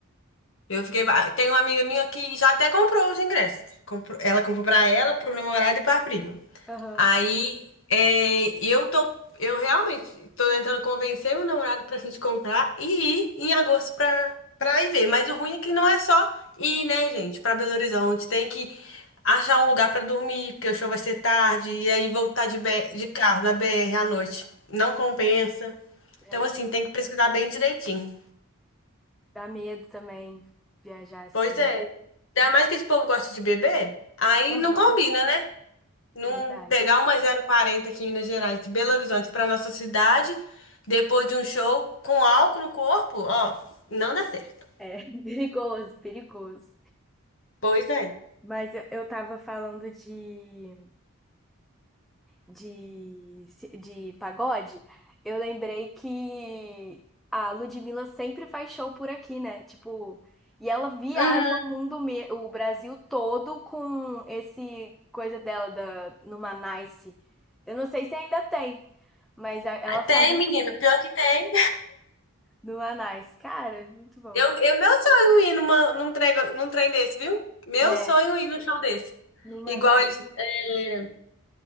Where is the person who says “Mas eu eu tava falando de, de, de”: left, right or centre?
Centre